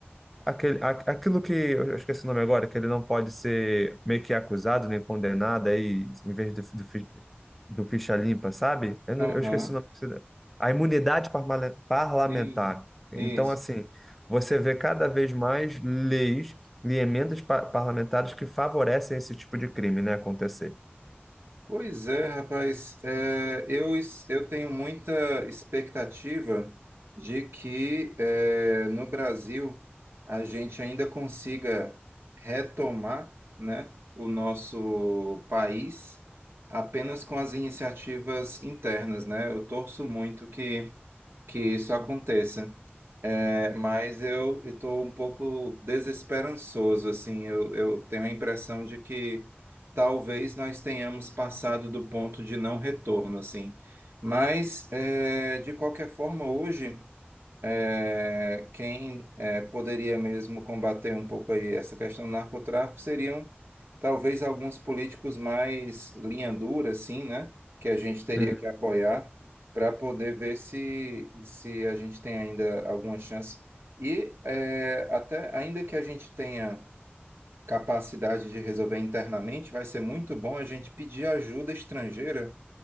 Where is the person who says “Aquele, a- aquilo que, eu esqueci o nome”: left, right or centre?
Centre